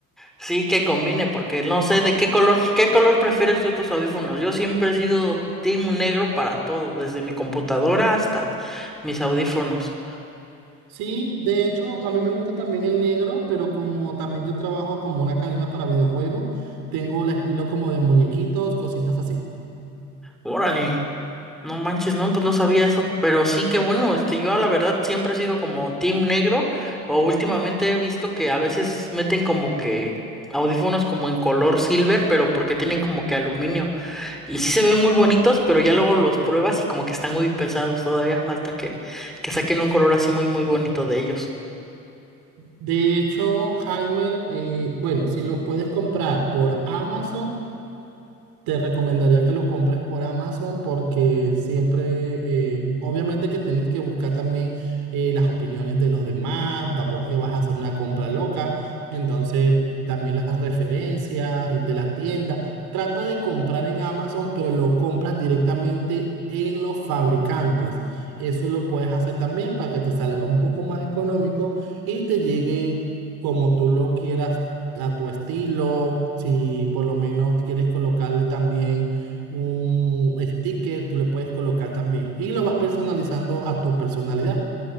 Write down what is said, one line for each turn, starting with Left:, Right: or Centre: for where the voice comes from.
Centre: Sí, que combine, porque no sé de qué color, qué color prefieres tú tus audífonos. Yo siempre he sido team negro para todo, desde mi computadora hasta mis audífonos.
Right: Sí, de hecho, a mí me gusta también el negro, pero como también yo trabajo como una academia para videojuegos, tengo el estilo como de muñequitos, cositas así.
Centre: Órale, no manches, no, pues no sabía eso. Pero sí que bueno, este, yo la verdad siempre he sido como team negro, o últimamente he visto que a veces meten como que audífonos como en color silver, pero porque tienen como que aluminio. Y sí se ven muy bonitos, pero ya luego los pruebas y como que están muy pesados. Todavía falta que, que saquen un color así muy, muy bonito de ellos.
Right: De hecho, Jaime, eh, bueno, si lo puedes comprar por Amazon, Te recomendaría que lo compres por Amazon porque siempre, eh, obviamente que tienes que buscar también eh, las opiniones de los demás, tampoco es que vas a hacer una compra loca, entonces también las referencias de la tienda. Trata de comprar en Amazon, pero lo compras directamente en los fabricantes. Eso lo puedes hacer también para que te salga un poco más económico y te llegue como tú lo quieras a tu estilo, si por lo menos quieres colocarle también un sticker, tú le puedes colocar también y lo vas personalizando a tu personalidad.